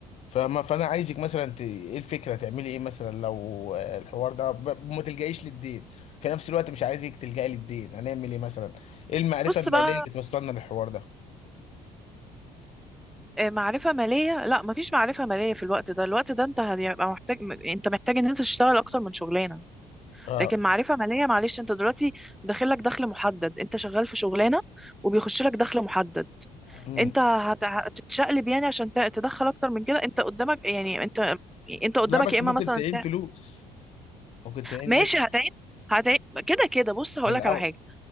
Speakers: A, on the left; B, in the centre.
A: فما فانا عايزك مثلا ت... ايه الفكره تعملي ايه مثلا لو آه، الحوار ده ب... ما تلجئيش للدين في نفس الوقت مش عايزك تلجئي للدين هنعمل ايه مثلا ايه المعرفه
B: بص
A: الماليه
B: بقى
A: اللي توصلنا للحوار ده
B: آه، معرفة مالية لا مفيش معرفة مالية في الوقت ده الوقت ده انت هيبقى محتاج انت محتاج ان انت تشتغل اكتر من شغلانة
A: اه
B: لكن معرفة مالية معلش انت دلوقتي داخل لك دخل محدد انت شغال في شغلانة وبيخش لك دخل محدد
A: امم
B: انت هت- هتتشقلب يعني عشان ت- تدخل اكتر من كده انت قدامك يعني انت انت قدامك
A: لا بس
B: يا اما
A: ممكن
B: مثلا
A: تعين
B: تع-
A: فلوس ممكن تعين
B: ماشي
A: قرش
B: هتعين هتعين كده كده بص هقول
A: في الاول
B: لك على حاجه